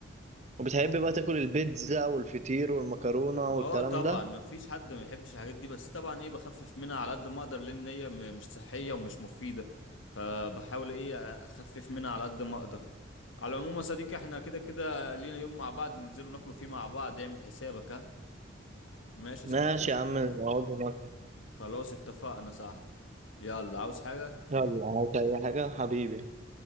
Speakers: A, on the right; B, on the left.
A: وبتحب بقى تاكل البيتزا والفطير والمكرونه
B: اه
A: والكلام
B: طبعا
A: ده
B: مفيش حد ما يحبش الحاجات دي بس طبعا ايه بخفف منها على قد ما اقدر لان هي م- مش صحية ومش مفيدة فبحاول ايه اخفف منها على قد ما اقدر على العموم يا صديقي احنا كده كده لينا يوم مع بعض ننزلوا ناكلوا فيه مع بعض اعمل حسابك ها ماشي
A: ماشي
B: يا صديقي
A: يا عم نقعد ناكل
B: خلاص اتفقنا صاحبي يلا عاوز حاجة
A: يلا عاوز أي حاجة حبيبي